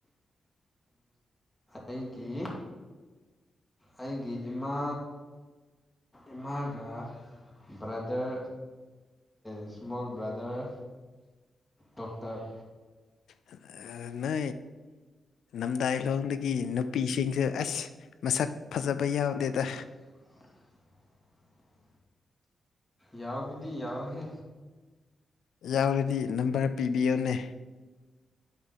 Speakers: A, in the centre; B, on the left.
A: ꯑꯩꯒꯤ ꯑꯩꯒꯤ ꯏꯃꯥ ꯏꯃꯥꯒ ꯕꯥꯗꯔ ꯏꯁꯃꯣꯜ ꯕ꯭ꯔꯥꯗꯔ ꯗꯣꯛꯇꯔ
B: ꯑ ꯅ ꯅꯝꯗꯥꯏ ꯂꯣꯡꯗꯒꯤ ꯅꯨꯄꯤꯁꯤꯡꯁ ꯑꯁ ꯃꯁꯛ ꯐꯖꯕ ꯌꯥꯎꯗꯦꯗ
A: <unintelligible> ꯌꯥꯎꯕꯨꯗꯤ ꯌꯥꯎꯍꯦ
B: ꯌꯥꯎꯔꯗꯤ ꯅꯝꯕꯔ ꯄꯤꯕꯤꯌꯣꯅꯦ